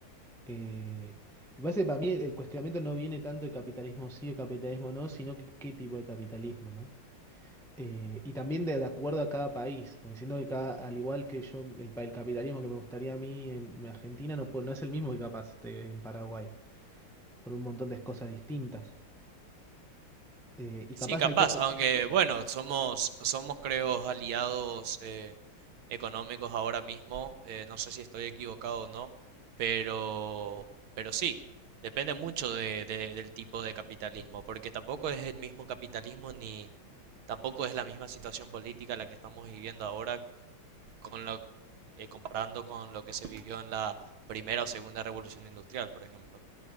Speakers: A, in the centre; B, on the right (about 75°).
A: Eh, me parece que para mí el cuestionamiento no viene tanto de capitalismo sí o capitalismo no, sino que qué tipo de capitalismo, ¿no? Eh, y también de, de acuerdo a cada país, porque siento que cada, al igual que yo, el, pa- el capitalismo que me gustaría a mí en Argentina no, puede- no es el mismo que capaz esté en Paraguay por un montón de cosas distintas. Eh, y
B: Sí,
A: capaz
B: capaz,
A: hay cosas...
B: aunque bueno, somos, somos creo aliados eh, económicos ahora mismo, eh, no sé si estoy equivocado o no, pero, pero sí, depende mucho de- de- del tipo de capitalismo, porque tampoco es el mismo capitalismo ni tampoco es la misma situación política la que estamos viviendo ahora con lo, eh, comparando con lo que se vivió en la primera o segunda revolución industrial, por ejemplo.